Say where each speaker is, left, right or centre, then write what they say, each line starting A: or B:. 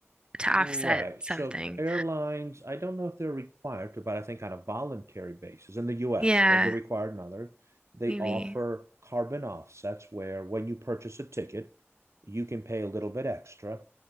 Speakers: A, on the right; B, on the right.
A: to
B: Right.
A: offset something.
B: So airlines, I don't know if they're required to, but I think on a voluntary basis in the US,
A: Yeah,
B: maybe required in other, they
A: maybe.
B: offer carbon offsets where when you purchase a ticket, you can pay a little bit extra,